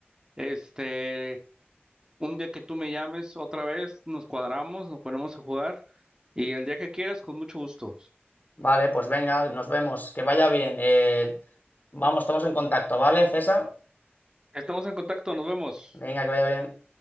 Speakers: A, on the right (about 20°); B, on the left (about 50°).
A: Este, Un día que tú me llames otra vez, nos cuadramos, nos ponemos a jugar y el día que quieras, con mucho gusto.
B: Vale, pues venga, nos vemos. Que vaya bien. Eh, vamos, estamos en contacto, ¿vale, César?
A: Estamos en contacto, nos vemos.
B: Venga, que vaya bien.